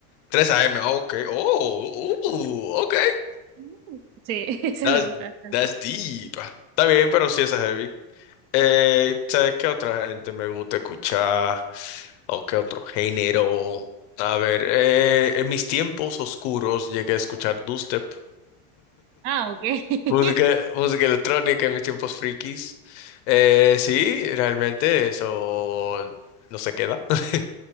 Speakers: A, on the left; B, on the right.
A: tres a m ok. Oh, uh, ok.
B: Mm. Sí, <laughs> ese
A: That's,
B: me gusta bastante.
A: that's deep. Está bien, pero sí, esa es heavy. Eh, ¿sabes qué otra gente me gusta escuchar? ¿O qué otro género? A ver, eh, en mis tiempos oscuros llegué a escuchar dubstep.
B: Ah, ok. <laughs>
A: Música, música electrónica en mis tiempos frikis. Eh, sí, realmente eso no se queda. <laughs>